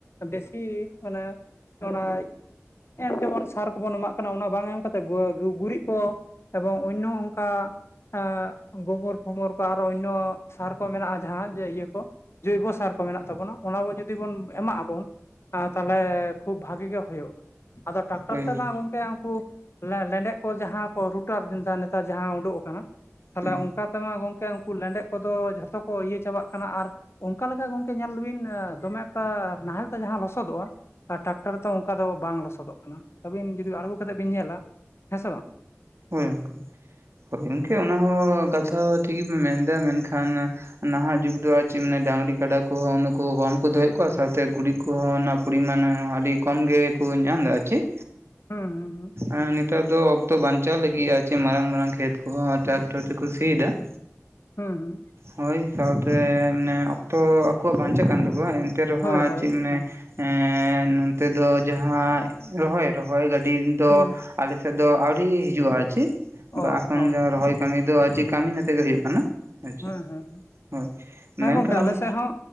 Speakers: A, on the left; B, on the right.
A: ᱵᱮᱥᱤ ᱢᱟᱱᱮ ᱚᱱᱟ ᱮᱢ ᱡᱮᱢᱚᱱ ᱥᱟᱨ ᱠᱚᱵᱚᱱ ᱮᱢᱟᱜ ᱠᱟᱱᱟ ᱚᱱᱟ ᱵᱟᱝ ᱮᱢ ᱠᱟᱛᱮᱫ ᱜᱟ ᱜᱚᱜᱩᱨᱤᱡ ᱠᱚ ᱮᱵᱚᱝ ᱚᱭᱱᱚ ᱚᱝᱠᱟ ᱟᱸᱜ ᱵᱟᱹᱭᱦᱟᱹᱲ <unintelligible> ᱠᱚ ᱟᱨᱚ ᱚᱭᱱᱚ ᱥᱟᱨ ᱠᱚ ᱢᱮᱱᱟᱜᱼᱟ ᱡᱟᱦᱟᱸ ᱡᱮ ᱤᱭᱟᱹ ᱠᱚ ᱡᱳᱭᱵᱚ ᱥᱟᱨ ᱠᱚ ᱢᱮᱱᱟᱜ ᱛᱟᱵᱚᱱᱟ ᱾ ᱚᱱᱟ ᱠᱚ ᱡᱩᱫᱤ ᱵᱚᱱ ᱮᱢᱟᱜ ᱟᱵᱚᱱ ᱛᱟᱦᱚᱞᱮ ᱠᱷᱩᱵ ᱵᱷᱟᱜᱤ ᱜᱮ ᱦᱩᱭᱩᱜ-ᱟ ᱾ᱟᱫᱚ ᱴᱟᱠᱴᱟᱨ
B: ᱦᱳᱭ
A: ᱛᱮ ᱵᱟᱝ ᱜᱚᱝᱠᱮ ᱩᱱᱠᱩ ᱞᱮᱸᱰᱮᱛ ᱠᱚ ᱡᱟᱦᱟᱸ ᱠᱚ ᱨᱩᱴᱟᱨ ᱱᱮᱛᱟᱨ ᱡᱟᱦᱟᱸ ᱩᱰᱩᱠ ᱠᱟᱱᱟ ᱛᱟᱦᱚᱞᱮ
B: ᱦᱳᱭ
A: ᱚᱱᱠᱟ ᱛᱮᱢᱟ ᱜᱚᱝᱠᱮ ᱩᱱᱠᱩ ᱞᱮᱸᱰᱮᱫ ᱠᱚᱫᱚ ᱡᱷᱚᱛᱚ ᱠᱚ ᱤᱭᱟᱹ ᱪᱟᱵᱟᱜ ᱠᱟᱱᱟ, ᱟᱨ ᱚᱱᱠᱟ ᱞᱮᱠᱟ ᱜᱚᱝᱠᱮ ᱧᱮᱞ ᱵᱤᱱ ᱫᱚᱢᱮ ᱮᱠᱴᱟ ᱱᱟᱦᱮᱞ ᱛᱮ ᱡᱟᱦᱟᱸ ᱞᱚᱥᱚᱫᱚᱜ-ᱟ᱾ ᱟᱨ ᱴᱟᱠᱴᱟᱨ ᱛᱮ ᱚᱱᱠᱟ ᱫᱚ ᱵᱟᱝ ᱞᱚᱥᱚᱫᱚᱜ ᱠᱟᱱᱟ ᱟᱹᱵᱤᱱ ᱡᱩᱫᱤ ᱟᱬᱜᱚ ᱠᱟᱛᱮᱫ ᱵᱤᱱ ᱧᱮᱞᱟ ᱦᱮᱸ ᱥᱮ ᱵᱟᱝ ᱾
B: ᱦᱳᱭ ᱜᱚᱝᱠᱮ, ᱦᱳᱭ ᱜᱚᱝᱠᱮ ᱚᱱᱟ ᱦᱚᱸ ᱠᱟᱛᱷᱟ ᱴᱷᱤᱠ ᱜᱮᱵᱤᱱ ᱢᱮᱱᱫᱟ ᱢᱮᱱᱠᱷᱟᱱ ᱱᱟᱦᱟᱜ ᱡᱩᱜᱽ ᱫᱚ ᱟᱨ ᱪᱮᱫ ᱢᱮᱱᱟ ᱰᱟᱝᱨᱤ ᱠᱟᱰᱟ ᱠᱚᱦᱚᱸ ᱩᱱᱟᱹᱜ ᱠᱚ ᱠᱚᱢ ᱠᱚ ᱫᱚᱦᱚᱭᱮᱫ ᱠᱚᱣᱟ ᱥᱟᱶᱛᱮ ᱜᱩᱨᱤᱡ ᱠᱚᱦᱚᱸ ᱚᱱᱟ ᱯᱚᱨᱤᱢᱟᱱ ᱦᱚᱸ ᱟᱹᱰᱤ ᱠᱚᱢ ᱜᱮᱠᱚ ᱧᱟᱢ ᱮᱫᱟ ᱪᱮᱫ?
A: <unintelligible> ᱦᱩᱸ
B: ᱟᱨ ᱱᱮᱛᱚᱜ ᱫᱚ ᱚᱠᱛᱚ ᱵᱟᱧ ᱪᱟᱞᱜᱮᱭᱟ ᱞᱟᱹᱜᱤᱭᱟ ᱪᱮ ᱢᱟᱨᱟᱝ ᱢᱟᱨᱟᱝ ᱠᱷᱮᱛ ᱠᱚᱦᱚᱸ ᱴᱨᱟᱠᱴᱚᱨ ᱛᱮᱠᱚ ᱥᱤᱭᱮᱫᱟ ᱾
A: ᱦᱩᱸ ᱩᱸ᱾
B: ᱦᱳᱭ ᱥᱟᱣᱛᱮ ᱢᱟᱱᱮ ᱚᱠᱛᱚ ᱟᱠᱚᱣᱟᱜ ᱵᱟᱧᱪᱟᱜ ᱠᱟᱱ ᱛᱟᱠᱚᱣᱟ ᱮᱱᱛᱮ ᱨᱮᱦᱚᱸ
A: ᱦᱳᱭ
B: ᱟᱨ
A: ᱦᱳᱭ
B: ᱪᱮᱫ ᱢᱟᱱᱮ
A: ᱦᱮᱸ
B: ᱮᱸ ᱱᱚᱛᱮ ᱫᱚ ᱡᱟᱦᱟᱸ ᱨᱚᱦᱚᱭ ᱨᱚᱦᱚᱭ ᱜᱟᱹᱰᱤ ᱫᱚ
A: ᱦᱩᱸ
B: ᱟᱞᱮ ᱥᱮᱫ ᱫᱚ ᱟᱹᱣᱨᱤ ᱦᱤᱡᱩᱜ-ᱟ ᱪᱮᱫ
A: ᱚ
B: ᱵᱟᱠᱷᱟᱱ
A: ᱦᱚᱸ
B: ᱫᱚ ᱨᱚᱦᱚᱭ ᱠᱟᱹᱢᱤ ᱫᱚ ᱟᱨ ᱪᱮᱫ ᱠᱟᱹᱢᱤᱱ ᱟᱛᱮᱜ ᱜᱮ ᱦᱩᱭᱩᱜ ᱠᱟᱱᱟ? ᱟᱨ ᱪᱮᱫ
A: ᱦᱮᱸ ᱦᱮᱸ
B: ᱦᱳᱭ ᱢᱮᱱᱠᱷᱟᱱ
A: ᱦᱮᱸ ᱜᱚᱝᱠᱮ ᱟᱞᱮ ᱥᱮᱫ ᱦᱚᱸ